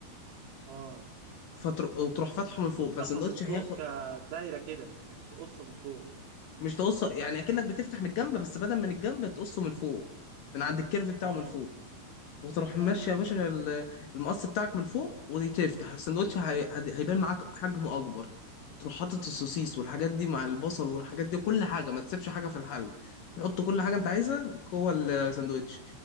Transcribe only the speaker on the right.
اه
افتحه
من
فوق كدايره كده يعني تقصه من فوق
اه
ايوه
ايوه